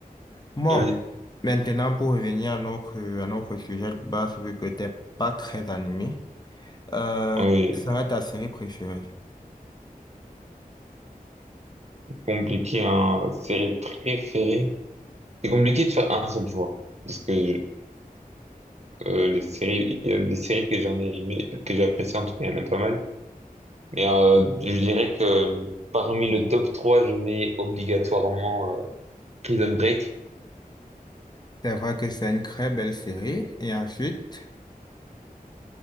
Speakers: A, on the left; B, on the right.
A: Bon,
B: Oui,
A: maintenant pour revenir à notre, à notre sujet de base, vu que t'es pas très animé. Euh,
B: oui.
A: quelle serait ta série préférée?
B: compliqué, hein. Série préférée. C'est compliqué de faire un seul choix. Parce que je- euh, les séries, il y a des séries que j'en ai aimé, que j'apprécie, en tout cas, il y en a pas mal. Mais euh, je dirais que parmi le top 3 je mets obligatoirement euh, Prison Break.
A: C'est vrai que c'est une très belle série. Et ensuite,